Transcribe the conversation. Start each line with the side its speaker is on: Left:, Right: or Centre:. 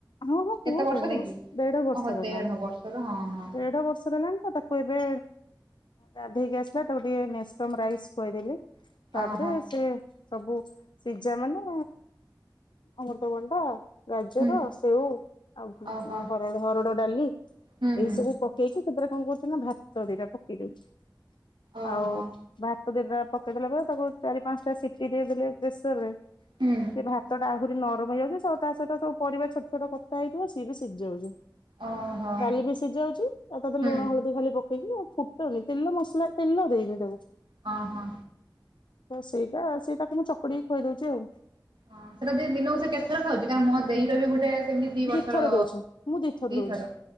Left: ହଁ ହଁ ପୁଅ
Right: କେତେ ବର୍ଷର
Left: ଦେଢ ବର୍ଷ
Right: କି
Left: ଦେଢ ବର୍ଷର
Right: ଓହୋ
Left: ହେଲାଣି
Right: ଦେଢ ବର୍ଷର ହଁ-ହଁ।
Left: ଦେଢ ବର୍ଷର ହେଲାଣି ତ ତାକୁ ଏବେ ଗାଧେଇକି ଆସିଲା ତାକୁ ଟିକେ ନେଷ୍ଟମ ରାଇସ୍ ଖୁଆଇଦେଲି। ତାପରେ
Right: ଓହୋ
Left: ସେ ସବୁ ସିଜା ମାନେ ଅମୃତଭଣ୍ଡା, ଗାଜର,
Right: ହୁଁ
Left: ସେଉ, ଆଉ
Right: ଓହୋ
Left: ହର ହରଡ ଡାଲି
Right: ହୁଁ
Left: ଏଇ
Right: ହୁଁ
Left: ସବୁ ପକେଇକି ସେଥିରେ କଣ କରୁଛି ନା ଭାତ ଦିଟା ପକେଇ ଦଉଚି।
Right: ଓହୋ
Left: ଆଉ ଭାତ ଦିଇଟା ପକେଇ ଦେଲାପରେ ତାକୁ ଚାରି ପାଞ୍ଚଟା ସିଟିି ଦେଇଦେଲେ ପ୍ରେସରରେ
Right: ହୁଁ
Left: ସେ ଭାତଟା ଆହୁରି ନରମ ହେଇଯାଉଛି, ସ ତା ସହିତ ସବୁ ପରିବା ଛୋଟ-ଛୋଟ କଥା ହେଇଥିବ ସିଏ ବି ସିଝି ଯାଉଛି।
Right: ଓହୋ
Left: ଡାଲି ବି ସିଝିଯାଉଚି ଆଉ ତାଧେରେ
Right: ହୁଁ
Left: ଲୁଣ ହଳଦୀ ଖାଲି ପ ପକେଇକି ଆଉ ଫୁଟୁନି ତେଲ ମସଲା ତେଲ ଦେଇନି ତାକୁ।
Right: ହଁ-ହଁ।
Left: ତ ସେଇଟା-ସେଇଟାକୁ ମୁଁ ଚକଟିକି ଖୁଆଇ ଦଉଚି ଆଉ।
Right: ହଁ ସେଇଟା <unintelligible> ଦିନକୁ ସେ କେତେଥର ଖାଉଚି କାରଣ ମୋ ଦେଇର ବି ଗୋଟେ ସେମିତି ଦି ବର୍ଷର,
Left: ଦିଥର ଦଉଛି ମୁଁ
Right: ଦିଥର
Left: ଦଉଛି।